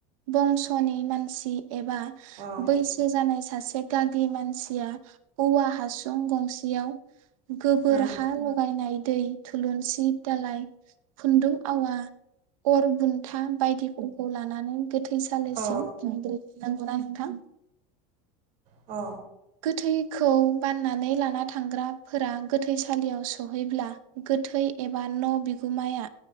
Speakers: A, on the right (about 70°); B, on the right (about 40°).
A: बंस'नि मानसि एबा
B: औ अ
A: बैसो जानाय सासे गागि मानसिया औवा हासुं गंसेयाव गोबोर
B: उम
A: हा लगायनाय दै थुलुंसि दालाय खुन्दुं आवा अर बुन्था बायदिफोरखौ लानानै गोथैसालिसिम
B: औ
A: थांग्रो नंगौना नोंथां?
B: अ
A: गोथैखौ बाननानै लाना थांग्राफोरा गोथैसालियाव सहैब्ला गोथै एबा न' बिगुमाया